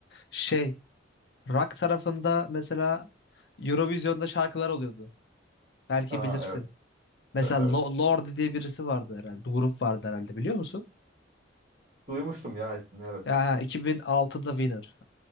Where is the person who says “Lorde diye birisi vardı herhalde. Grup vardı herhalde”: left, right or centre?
Left